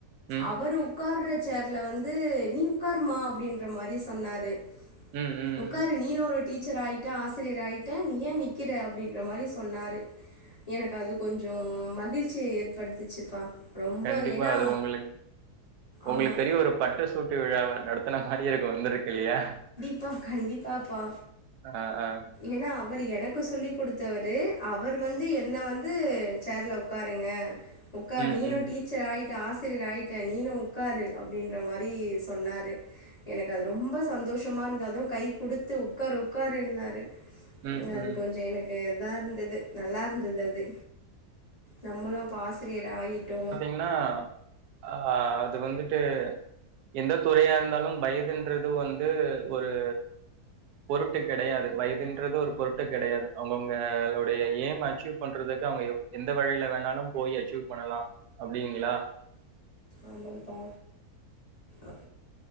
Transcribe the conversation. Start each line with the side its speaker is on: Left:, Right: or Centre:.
Right: ம்,
Left: அவரு உக்கார்ற சேர்ல வந்து நீ உக்காருமா அப்படின்ற மாரி சொன்னாரு
Right: ம் ம்
Left: உக்காரு
Right: ம்.
Left: நீனு ஒரு டீச்சர் ஆயிட்ட ஆசிரியர் ஆயிட்ட நீ ஏ நிற்கற அப்டின்ற மாரி சொன்னாரு எனக்கு அது கொஞ்சோ மகிழ்ச்சிய ஏற்படுத்துச்சுப்பா ரொம்ப
Right: கண்டிப்பா
Left: ஏன்னா
Right: அது உங்களுக்கு உங்களுக்கு
Left: ஆமா.
Right: பெரிய ஒரு பட்டு சூட்டு விழாவ நடத்தன மாரி இருக்கு வந்துருக்கு இல்லியா
Left: ப்பா கண்டிப்பாப்பா
Right: ஆ ஆ
Left: ஏன்னா அவரு எனக்கு சொல்லி கொடுத்தவரு அவர் வந்து என்ன வந்து சேர்ல உக்காருங்க உக்கார்
Right: ம்,
Left: நீனு
Right: ம்,
Left: டீச்சர் ஆயிட்ட ஆசிரியர் ஆயிட்ட நீனு உக்காரு அப்டின்ற மாரி சொன்னாரு எனக்கு அது ரொம்ப சந்தோஷமா இருந்த அதுவு கை குடுத்து உக்காரு உக்காருன்னாரு
Right: ம்,
Left: அது
Right: ம்.
Left: கொஞ்ச எனக்கு இதாயிருந்தது நல்லா இருந்துது அது நம்மளு அப்ப ஆசிரியர் ஆகிட்டோ
Right: என்ன ஆ அது வந்துட்டு எந்த துறையா இருந்தாலும் வயதுன்றது வந்து ஒரு பொருட்டு கெடையாது வயதுன்றது ஒரு பொருட்டு கெடையாது அவுங்கவுங்களுடைய ஏம் அச்சிவ் பண்றதுக்கு அவுங்க எவ் எந்த வழியில வேணாலும் போயி அச்சீவ் பண்ணலா அப்டிங்களா
Left: ஆமாம்ப்பா ஆ